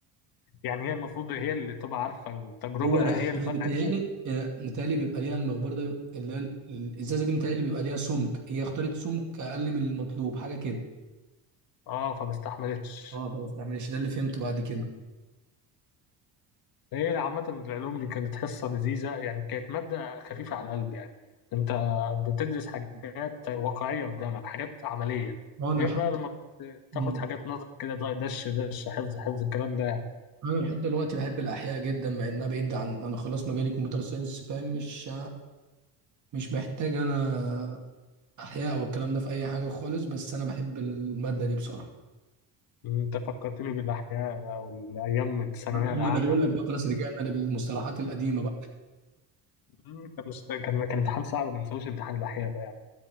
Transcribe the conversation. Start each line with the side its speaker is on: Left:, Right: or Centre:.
Left: يعني هي المفروض هي اللي تبقى عارفة التجربة
Right: هو لا
Left: هي اللي
Right: هي
Left: فرقت
Right: متهيألي
Left: فيها
Right: آه، متهيألي بيبقى ليها المخبار ده اللي هي ال- الازازه دي متهيألي بيبقى ليها سمك هي اختارت سمك اقل من المطلوب حاجه كده
Left: اه فما استحملتش
Right: اه فما استعملش ده اللي فهمته بعد كده
Left: هي عامة العلوم دي كانت حصة لذيذة يعني كانت مادة خفيفة على القلب يعني أنت بتدرس حاجات واقعية قدامك حاجات عملية
Right: هو انا
Left: غير
Right: لحد
Left: بقى لما بتاخد
Right: مم.
Left: حاجات نظر كده ده- دش دش حفظ حفظ الكلام ده يعني
Right: انا لحد دلوقتي بحب الاحياء جدا مع انها بعيد عن انا خلاص مجالي كمبيوتر ساينس فاهم مش مش محتاج انا احياء والكلام ده في اي حاجه خالص بس انا بحب الماده دي بصراحه
Left: أنت فكرتني بالأحياء بقى والأيام الثانوية
Right: ما
Left: العامة
Right: انا بقول لك بقى خلاص رجعنا للمصطلحات القديمه بقى
Left: مم، كان مست- كان كان امتحان صعب ما ننساوش امتحان الأحياء ده يعني